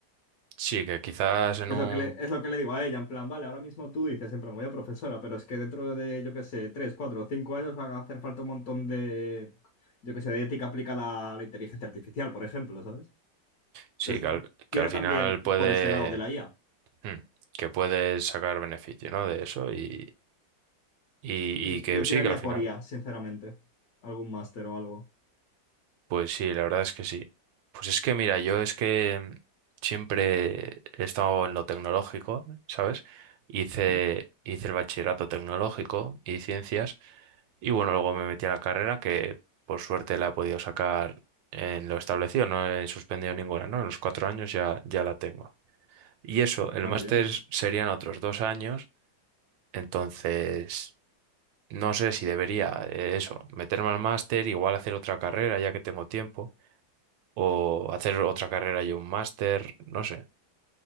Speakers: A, on the right (about 80°); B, on the left (about 60°).
A: Sí, que quizás en
B: Es
A: un...
B: lo que le, es lo que le digo a ella, en plan, vale, ahora mismo tú dices, en plan, voy a profesora, pero es que dentro de, yo qué sé, tres, cuatro o cinco años va a hacer falta un montón de, yo qué sé, de ética aplicada a la inteligencia artificial, por ejemplo, ¿sabes?
A: Sí,
B: Entonces,
A: que al, que
B: tira
A: al final
B: también
A: puede...
B: por ese lado de la IA.
A: mm, que puedes sacar beneficio, ¿no? De eso y, y,
B: Mm,
A: y que
B: Yo
A: sí,
B: tiraría
A: que al final.
B: por IA, sinceramente. Algún máster o algo.
A: Pues sí, la verdad es que sí. Pues es que mira, yo es que mm, siempre he estado en lo tecnológico, ¿sabes? Hice,
B: Mm.
A: hice el bachillerato tecnológico y ciencias y bueno, luego me metí a la carrera que por suerte la he podido sacar en lo establecido, no he suspendido ninguna, ¿no? En los cuatro años ya, ya la tengo. Y eso, el
B: Ah,
A: máster
B: qué bien.
A: serían otros dos años, entonces no sé si debería eh, eso, meterme al máster, igual hacer otra carrera ya que tengo tiempo, o hacer otra carrera y un máster, no sé.